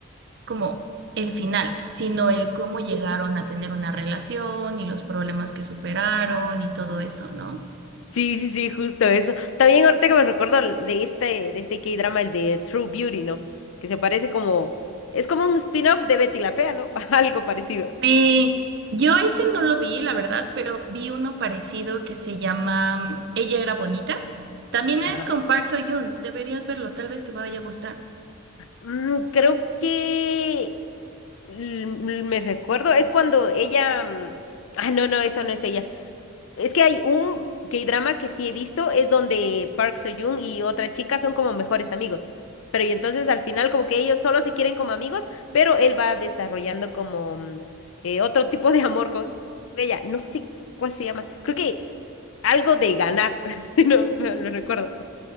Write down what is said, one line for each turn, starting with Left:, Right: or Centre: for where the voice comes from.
Right: como el final, sino el cómo llegaron a tener una relación y los problemas que superaron y todo eso, ¿no?
Left: Sí, sí, sí, justo eso. También ahorita que me recuerdo de este, de este K-drama, el de True Beauty, ¿no? Que se parece como, es como un spin-off de Betty la Fea, ¿no? <laughs> Algo parecido.
Right: Eh, yo ese no lo vi, la verdad, pero vi uno parecido que se llama mm, Ella era bonita. También es
Left: Ajá.
Right: con Park Soo-yoon. Deberías verlo, tal vez te vaya a gustar.
Left: Mm, creo que l- l- me recuerdo, es cuando ella, mm, ah, no, no, eso no es ella. Es que hay un K-drama que sí he visto, es donde Park Soo-joon y otra chica son como mejores amigos. Pero y entonces al final como que ellos solo se quieren como amigos, pero él va desarrollando como mm, eh, otro tipo de amor con ella. No sé cuál se llama. Creo que algo de ganar. <laughs> No, me lo recuerdo.